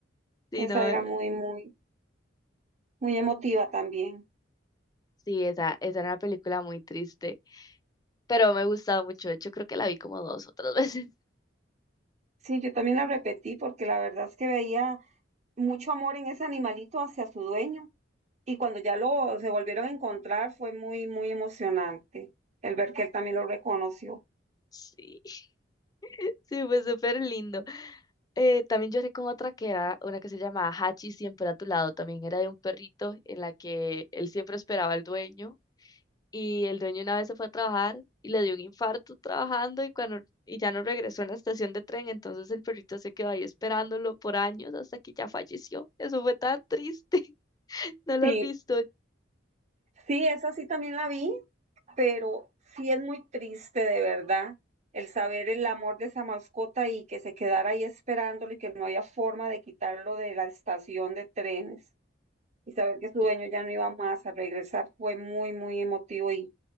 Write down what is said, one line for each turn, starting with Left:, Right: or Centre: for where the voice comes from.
Left: Sí,
Right: esa
Left: no,
Right: era
Left: eh,
Right: muy, muy, Muy emotiva también.
Left: sí, esa, esa era una película muy triste, pero me gustaba mucho. De hecho, creo que la vi como dos o tres veces. <laughs>
Right: Sí, yo también la repetí porque la verdad es que veía mucho amor en ese animalito hacia su dueño y cuando ya lo se volvieron a encontrar fue muy, muy emocionante el ver que él también lo reconoció.
Left: Sí, <laughs> sí, fue súper lindo. Eh, también lloré con otra que era una que se llamaba Hachi siempre a tu lado. También era de un perrito en la que él siempre esperaba al dueño y el dueño una vez se fue a trabajar y le dio un infarto trabajando y cuando y ya no regresó en la estación de tren, entonces el perrito se quedó ahí esperándolo por años hasta que ya falleció. Eso fue tan triste. <laughs> ¿No lo
Right: Sí,
Left: has visto?
Right: sí, esa sí también la vi, pero sí es muy triste de verdad el saber el amor de esa mascota y que se quedara ahí esperándolo y que no había forma de quitarlo de la estación de trenes. y saber que su
Left: Sí,
Right: dueño ya no iba más a regresar fue muy, muy emotivo y